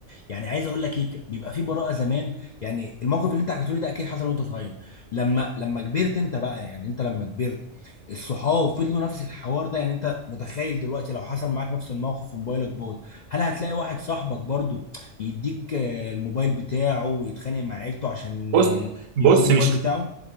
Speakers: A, on the left; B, on the right.
A: يعني عايز اقول لك ايه بيبقى في براءه زمان يعني الموقف اللي انت حكيته لي ده اكيد حصل وانت صغير لما لما كبرت انت بقى يعني انت لما كبرت الصحاب فضلوا نفس الحوار ده يعني انت متخيل دلوقتي لو حصل معاك نفس الموقف وموبايلك باظ هل هتلاقي واحد صاحبك برضو يديك آه، الموبايل بتاعه ويتخانق مع عيلته عشان
B: بص
A: آه،
B: بص
A: يديك الموبايل
B: مش
A: بتاعه